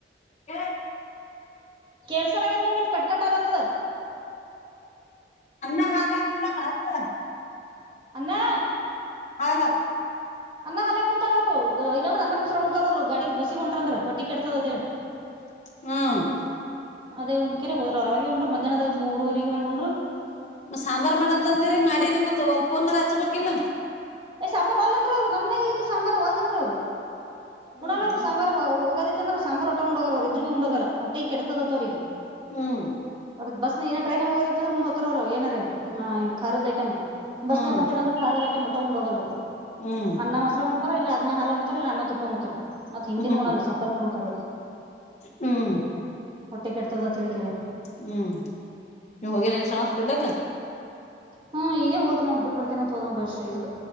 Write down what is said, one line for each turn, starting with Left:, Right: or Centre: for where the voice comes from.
Left: ಯ
Right: ಕೆಸಲ ಆಗ್ಯದ ನೋ ನಿನ್ ಕಟ್ಕಟ್ಟ ಆಲತ್ತದ..
Left: ಅಣ್ಣ ನಾಾವ ತುದ ಭಾವ ಸ..
Right: ಅನ್ನ..
Left: ಹಾಲ್ಲ.
Right: ಅನ್ನಾ ಹಲ್ಲೆ ಉಣ್ರ ಅವರು ಇಲ್ಲಂದ್ರೆ ಅನ್ನಮ್ಮ ಮಸರ ಉ್ತಾರ ಅವರು ಗಾಡಿ ಬಸಿಗೆ ಹೊಂಟ್ರಂದ್ರ ಹೊಟ್ಟಿ ಕೆಡತದತ್ ಹೇಳಿ..
Left: ಹ್ಮ
Right: ಅದೇ ಉಂಡ್ಕೆರೆ ಹೋದ್ರ ಅವಾಗೆ ಉಂಡ್ರರು ಮಧ್ಯಾಹ್ನದ್ ಮೂರವಗ ಹಂಗ ಉಂಡ್ರರು.
Left: ಮ ಸಾಂಬಾರಾರ್ ಮಾಡಂತಂದಿರಿ ಮಾಡಿ ನಿಮ್ಮ ಮತ್ ಒಂದ್ ಪೂರ್ನಾರ ಹಾಚ್ಬೇಕಲ್.
Right: ಏ್ ಸಾಂಬಾರಾರ್ ಒಲ್ಂದ್ರ ಅವ್ರು ನಮ್ಮನೆಗ ಇಯತ್ತು ಸಾಂಬಾರ ಒಲ್ಲ ಅಂದ್ರೆ ಅವ್ರು
Left: ಹ್ಮ್
Right: ಕುುಣಲ್ಲ ಅವ್ ಸಾಂಬಾರ್ ಹೋಗೋದಿತ್ತಂದ್ರೆ ಸಾಂಬಾರಾರ್ ಹೊಟ್ಟೆ ಉೋಗಲ್ಲ ಅವರು ಇದ್ರ ಭ ಬಿ ಉುೋಗಲ್ಲ ಹೊಟ್ಟೆ ಕೆಡತದತ್ತತ್ ಅವ್ರಿಗೆ
Left: ಹ್ಮ್
Right: ಅದ ಬಸ್ ಟ್ರೈನ್ ಹೋಗೈ ಅಂದ್ರ ಗೊಂಡ್ ಹೊತ್ತಾರ ಏನಾರೆ.. ಹಾ ಖಾರದ ಐಟಮ ಬಸ್ನೆಗ
Left: ಹ್ಮ್
Right: ಹೊಂಟಿರ ಅ್ರ ಖಾರದ ಐಟಮ್ ಒಟ ಉಡ್ ಹೋಗಲ್ಲ ಅವರು..
Left: ಹ್ಮ್
Right: ಅನ್ನ ಮೊಸರ ಉಣ್ತಾರ ಇಲ್ಲ ಅದನ್ನ ಹಾಲು ಉಣ್ತಾರ ಇಲ್ಲ ಅನ್ನ ತುಪ್ಪ ಉಣ್ತಾರ.. ಮತ್ ಹಿಂದಿನೋಣಲ್ಲ
Left: ಹ್ಮ್
Right: ಸತ್ತಂದ ಹಣತಾರೋರು..
Left: ಹ್ಮ್.
Right: ಹೊಟ್ಟೆ ಕೆಟ್ಟತದತ್ ಹೇಕಿರ.
Left: ಹ್ಮ್ ನೀವ್ ಹೋಗೇನೆ ಶತ್ ಬಿಡ್ಲಕ್ಕ
Right: ಹ್ಮ್ ಈಗ ಹೋದ್ ನೋಡ್ ಬಿಟ್ಟ ಬರ್ತೇನಂತ ಹೋದ ಬಸ್್ರ ಇದ